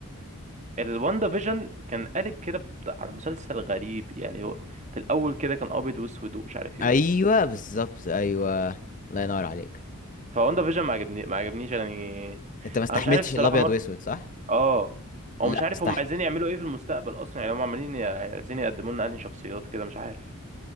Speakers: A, on the right (about 30°); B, on the left (about 35°).
A: الواندا فيجن كان قالب كده بت- على مسلسل غريب يعني هو في الاول كده كان ابيض واسود ومش عارف ايه
B: ايوه
A: و-
B: بالظبط ايوه الله ينور عليك
A: فواندا فيجن ما عجبني ما عجبنيش يعني
B: انت ما استحملتش
A: انا مش عارف الصراحه
B: الابيض
A: مر
B: واسود صح
A: اه هو
B: لا
A: مش عارف
B: استحمل
A: هم عايزين يعملوا ايه في المستقبل اصلا يعني هم عمالين ي- عايزين يقدموا لنا انهي شخصيات كده مش عارف